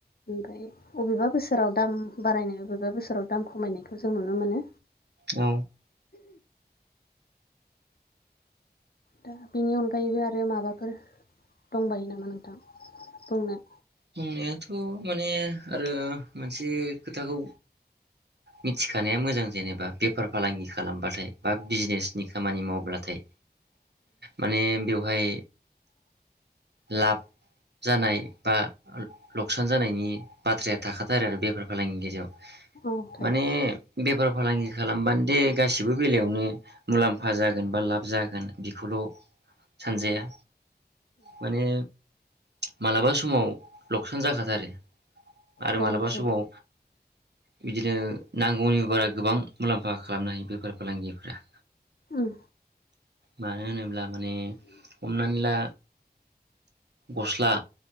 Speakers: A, on the left; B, on the right.
A: ओमफ्राय बबेबा बोसोराव दाम बारायनाय, बबेबा बोसोराव दाम खमायनायखौ जों नुनो मोनो।
B: औ।
A: दा बेनि अनगायैबो आरो माबाफोर दंबायो नामा नोंथां? बुंनाय
B: बुंनायाथ माने आरो मोनसे खोथाखौ मिथिखानाया मोजां जेनेबा बेफार फालांगि खालामब्लााथाय बा बिजनेसनि खामानि मावब्लाथाय माने बेवहाय लाब जानाय बा लख्सान जानायनि बाथ्राया थाखाथारो आरो बेफार फालांगिनि गेजेराव।
A: औ थायो
B: माने बेफार-फालांगि खालामबानो दे गासिबो बेलायावनो मुलाम्फा जागोन बा लाब जागोन बेखौल सानजाया। माने मालाबा समाव लकसान जाखाथारो आरो
A: जायो
B: मालाबा
A: जायो
B: समाव बिदिनो नांगौनि बारा गोबां मुलाम्फा खालामनो हायो बेफार फालांगिफ्रा।
A: उम
B: मानो होनोब्ला माने हमनानै ला गस्ला